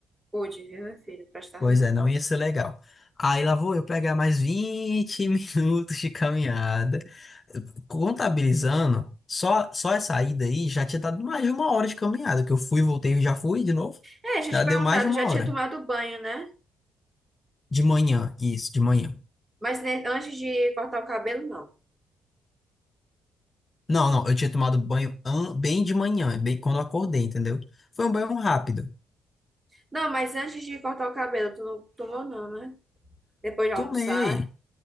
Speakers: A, on the right (about 20°); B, on the left (about 30°).
A: Pude, viu, meu filho? Presta
B: Pois
A: não.
B: é, não ia ser legal. Aí lá vou eu pegar mais 20 <laughs> minutos de caminhada. Contabilizando, só, só essa ida aí já tinha dado mais de uma hora de caminhada, que eu fui, voltei e já fui de novo.
A: É, deixa eu
B: Já
A: te perguntar,
B: deu mais de
A: tu
B: uma
A: já tinha
B: hora.
A: tomado banho, né?
B: De manhã, isso, de manhã.
A: Mas ne- antes de cortar o cabelo, não.
B: Não, não, eu tinha tomado banho an- bem de manhã, bem quando eu acordei, entendeu? Foi um banho rápido.
A: Não, mas antes de cortar o cabelo, tu não tomou, não, né? Depois de almoçar.
B: Tomei.